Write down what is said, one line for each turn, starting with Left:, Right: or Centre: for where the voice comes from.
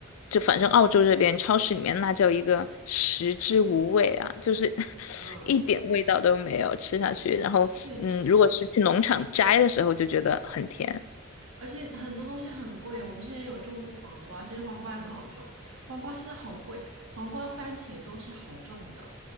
Left: 就反正澳洲这边超市里面那叫一个食之无味啊，就是 <laughs>
Right: 嗯，
Left: 一点味道都没有，吃下去，然后嗯，
Right: 而且
Left: 如果是去农场摘的时候就觉得很甜，
Right: 而且很多东西很贵，我们之前有种过黄瓜，其实黄瓜也很好种，黄瓜现在好贵，黄瓜、番茄都是好种的，